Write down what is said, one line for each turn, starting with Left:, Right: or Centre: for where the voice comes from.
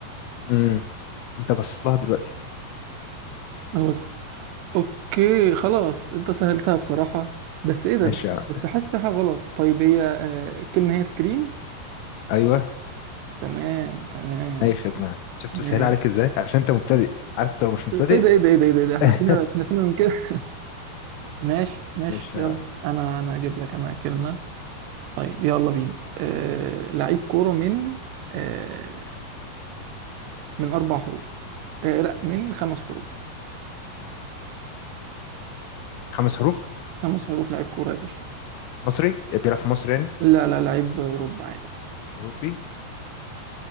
Left: امم انت باصص لها دلوقتي
Right: انا بس اوكي خلاص انت سهلتها بصراحة بس ايه ده
Left: ماشي يا عم
Right: بس حاسس في حاجة غلط طيب هي آه الكلمة هي سكرين
Left: ايوه
Right: تمام تمام
Left: اي خدمه شفت
Right: ماشي
Left: بسهل عليك ازاي عشان انت مبتدئ عارف انت لو مش مبتدئ
Right: ايه ده ايه ده ايه ده ايه ده إيه ده؟ احنا
Left: <laughs>
Right: فينا احنا فينا من كده <laughs> ماشي ماشي
Left: ماشي
Right: يلا
Left: يا عم
Right: انا انا اجيب لك انا كلمة طيب يلا بينا آه لعيب كورة من آه من اربع حروف آه لا من خمس حروف
Left: خمس حروف
Right: خمس حروف لعيب كورة يا باشا
Left: مصري بيلعب في مصر يعني
Right: لا لا لعيب أوروبا عادي
Left: اوروبي